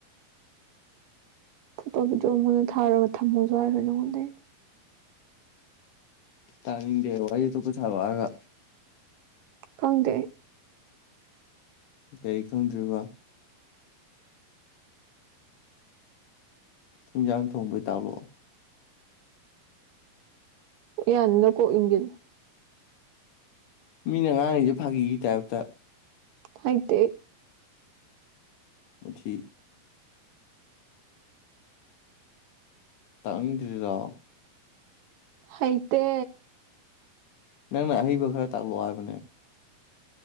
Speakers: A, on the right; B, on the left.
A: ꯐꯣꯇꯣ ꯚꯤꯗꯤꯑꯣ ꯑꯃꯨꯛ ꯍꯟꯅ ꯊꯥꯔꯒ ꯊꯝꯃꯁꯨ ꯍꯥꯏꯔꯣꯏ ꯅꯉꯣꯟꯗꯩ
B: ꯇꯥꯅꯤꯡꯗꯦ ꯋꯥꯔꯤ ꯑꯇꯣꯞꯄ ꯁꯥꯔꯛꯑꯣ ꯍꯥꯏꯔꯒ
A: ꯈꯪꯗꯦ ꯑꯩ
B: ꯀꯩ ꯈꯪꯗ꯭ꯔꯤꯕ ꯍꯦꯟꯖꯥꯡ ꯊꯣꯡꯕꯩ ꯇꯥꯛꯂꯛꯑꯣ
A: ꯎꯌꯥꯟꯗꯨꯗ ꯀꯣꯛ ꯌꯨꯡꯖꯜꯂꯨ
B: ꯃꯤꯅ ꯉꯥꯡꯉꯤꯖꯦ ꯐꯥꯒꯤꯒꯤ ꯇꯥꯏꯞꯇ
A: ꯍꯩꯇꯦ ꯑꯩ
B: ꯃꯨꯊꯤ ꯇꯥꯛꯅꯤꯡꯗ꯭ꯔꯤꯔꯣ
A: ꯍꯩꯇꯦ
B: ꯅꯪꯅ ꯑꯍꯩꯕ ꯈꯔ ꯇꯥꯛꯂꯛꯑꯣ ꯍꯥꯏꯕꯅꯦ